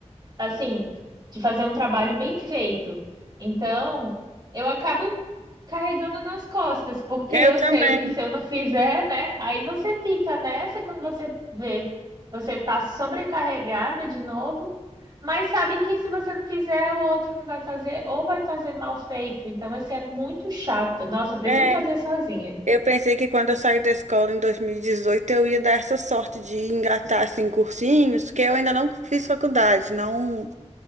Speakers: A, on the right; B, on the right.
A: assim, de fazer um trabalho bem feito. Então, eu acabo carregando nas costas, porque
B: Eu
A: eu
B: também.
A: sei que se eu não fizer, né? Aí você fica nessa quando você vê, você tá sobrecarregada de novo, mas sabe que se você não fizer, o outro não vai fazer ou vai fazer mal feito. Então, assim, é muito chato. Nossa, eu prefiro
B: É,
A: fazer sozinha.
B: eu pensei que quando eu saí da escola em 2018 eu ia dar essa sorte de engatar assim cursinhos, que eu ainda não fiz faculdade, não